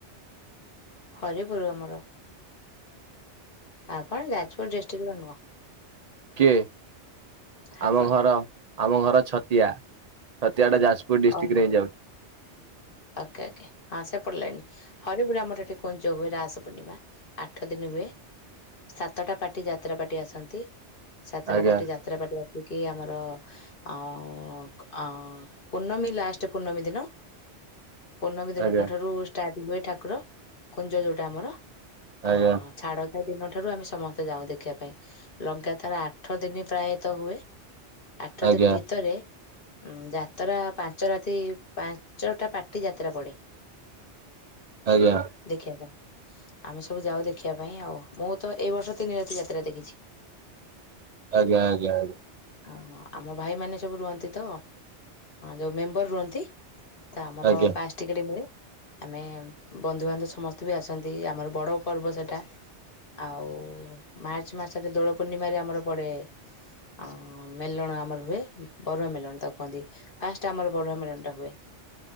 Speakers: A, on the left; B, on the right.
A: ହରେ ପରୁ ଆମର। ଆପଣ ଯାଜପୁର ଡିଷ୍ଟ୍ରିକ୍ଟର ନୁହଁ?
B: କିଏ
A: ଆପଣ
B: ଆମ ଘର ଆମ ଘର ଛତିଆ। ଛତିଆଟା ଯାଜପୁର ଡିଷ୍ଟ୍ରିକ୍ଟ
A: ଓହୋ
B: ରେ ହିଁ ଯାଉଛି।
A: ଓକେ ଓକେ ହଁ ସେପଡ଼ିଲଣି। ହରିପୁର ଆମର ଏଠି କୁଞ୍ଜ ହୁଏ ରାସ ପୂର୍ଣ୍ଣିମା, ଆଠ ଦିନ ହୁଏ। ସାତଟା ପାର୍ଟି ଯାତ୍ରା ପାର୍ଟି ଆସନ୍ତି, ସାତଟା
B: ଆଜ୍ଞା
A: ପାର୍ଟି ଯାତ୍ରା ପାର୍ଟି କି ଆମର ଆ ପୂର୍ଣ୍ଣମୀ ଲାଷ୍ଟ ପୂର୍ଣ୍ଣମୀ ଦିନ। ପୂର୍ଣ୍ଣମୀ ଦିନ
B: ଆଜ୍ଞା
A: ଠାରୁ ଷ୍ଟାର୍ଟ ହୁଏ ଠାକୁର କୁଞ୍ଜ ଯୋଉଟା ଆମର,
B: ଆଜ୍ଞା
A: ଆ ଛାଡ ଦିନ ଠାରୁ ଆମେ ସମସ୍ତେ ଯାଉ ଦେଖିବା ପାଇଁ ଲଗାତାର ଆଠ ଦିନ ପ୍ରାୟତଃ ହୁଏ। ଆଠ
B: ଆଜ୍ଞା
A: ଦିନ ଭିତରେ ଯାତ୍ରା ପାଞ୍ଚ ରାତି ପା ଞ୍ଚଟା ପାଟି ଯାତ୍ରା ପଡ଼େ।
B: ଆଜ୍ଞା।
A: ଦେଖିବା ପାଇଁ। ଆମେ ସବୁ ଯାଉ ଦେଖିବା ପାଇଁ ଆଉ ମୁଁ ତ ଏଇ ବର୍ଷ ତିନି ରାତି ଯାତ୍ରା ଦେଖିଛି।
B: ଆଜ୍ଞା ଆଜ୍ଞା ଆ୍ଞା।
A: ଓ ଆମ ଭାଇ ମାନେ ସବୁ ରୁହନ୍ତି ତ ଯୋଉ ମେମ୍ବର ରୁହନ୍ତି। ତ ଆମର
B: ଆଜ୍ଞା
A: ପାସ ଟିକେଟି ମିଳେ ଆମେ ବନ୍ଧୁବାନ୍ଧବ ସମସ୍ତେ ବି ଆସନ୍ତି ଆମର ବଡ ପର୍ବ ସେଟା। ଆଉ ମାର୍ଚ୍ଚ ମାସରେ ଦୋଳ ପୂର୍ଣ୍ଣିମାରେ ଆମର ପଡ଼େ। ଆ ମେଲଣ ଆମର ହୁଏ, ବରୁଆ ମେଲଣ ତାକୁ କୁହନ୍ତି। ଫାଷ୍ଟ ଆମର ବରୁଆ ମେଳନଟା ହୁଏ।